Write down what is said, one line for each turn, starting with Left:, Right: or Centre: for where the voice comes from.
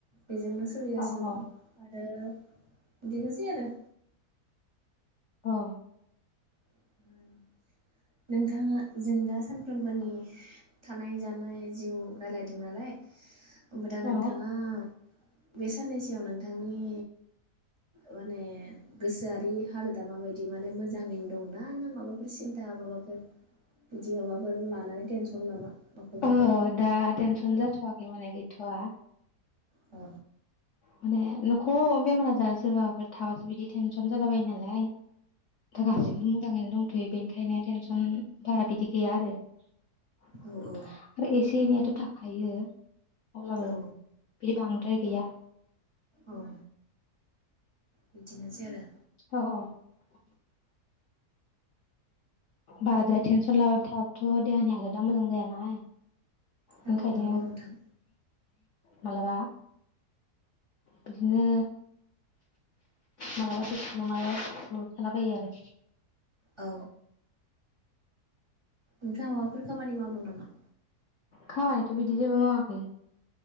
Right: बेजोंनो सोलिगासिनो
Left: औ औ
Right: दं आरो इदिनोसै आरो।
Left: औ।
Right: <unintelligible> नोंथाङा जों दा सान सबनि थानाय जानाय जिउ रायलायदों नालाय। दा नोंथाङा
Left: औ
Right: बे साननैसोआव नोंथांनि माने गोसोआरि हालोदा माबायदि माने मोजाङैनो। दंना ना माबाफोर सिन्था माबाफोर बिदि माबाफोर लानानै टेनसन नामा। माखौबाफोर
Left: ओ दा टेनसन जा थवाखै माने गैथवा।
Right: औ।
Left: माने न'खौ बेमार आजार सोरबाफोर थाबासो बिदि टेनसन जाला बायो नालाय। दा गाससिबो
Right: औ
Left: मोजाङैनो दं। थयो बेनिखायनो टेनसन बारा बिदि गैया आरो। आरो
Right: औ
Left: एसे एनैया। थाखायो। अब्लाबो।
Right: औ
Left: बि बांद्राय गैया।
Right: औ। बिदिनोसै आरो।
Left: औ औ बाराद्राय टेनसन लाबाय थाबथ' देहानि आलाद दा मोजां जायाना। ओंखायनो
Right: औ नंगौ नोंथां।
Left: मालाबा बिदिनो मालाबा दुखु मालाबा सुखु थालाबायो आरो‌।
Right: औ नोंथा माबाफोर खामानि मावदों नामा?
Left: खामानिथ' बिदि जेबो मावाखै।